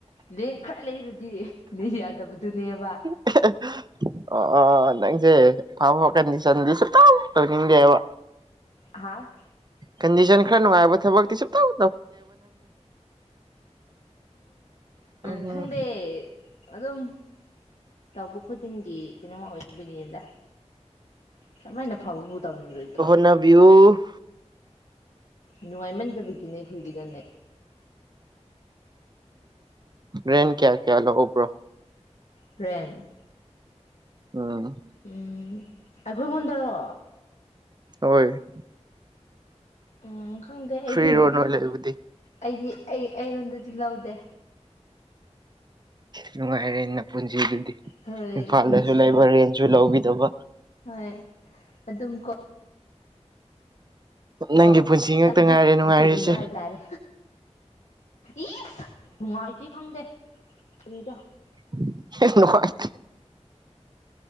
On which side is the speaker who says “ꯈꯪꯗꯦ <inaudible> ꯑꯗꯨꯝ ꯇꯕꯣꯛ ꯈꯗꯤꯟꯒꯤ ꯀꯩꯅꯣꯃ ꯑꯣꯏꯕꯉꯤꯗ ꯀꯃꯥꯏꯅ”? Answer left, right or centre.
Left